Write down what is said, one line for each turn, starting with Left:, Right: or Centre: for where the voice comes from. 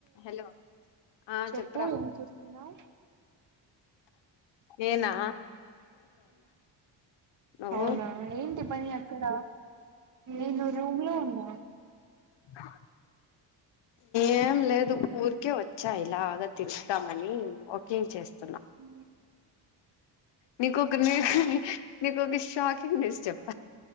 Left: హలో ఆ
Right: చెప్పు
Left: చెప్పు్రా
Right: ఏం చేస్తున్నావు
Left: ఏనా నువ్వు
Right: అవునా ఏంటి పని అక్కడ నేను రూమ్ లో ఉన్నా
Left: న ఏం లేదు ఊరికే వచ్చా ఇలాగ తెస్తామని ఒక్ ఏం చేస్త
Right: ఉ
Left: నీకుొక నేరు మీకు ఒక షాకింగ్ న్యూస్ చేప్